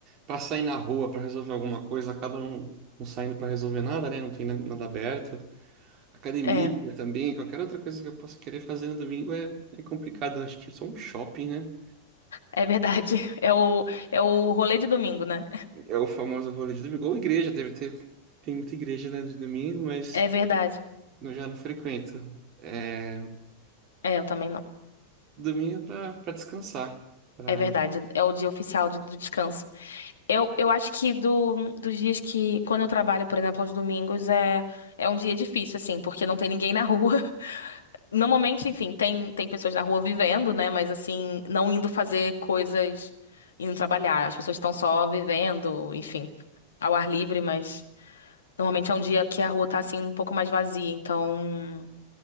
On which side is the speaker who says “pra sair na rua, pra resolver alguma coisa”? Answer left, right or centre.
Right